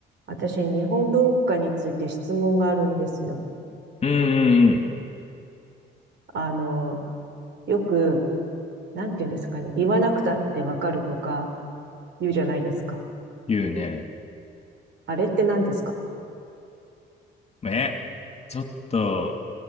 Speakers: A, on the right; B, on the left.
A: 私、日本文化について質問があるんですよ。
B: うんうんうん。
A: あの、よく、なんて言うんですかね。言わなくたってわかるとか言うじゃないですか。
B: 言うね。
A: あれって何ですか
B: え、ちょっと、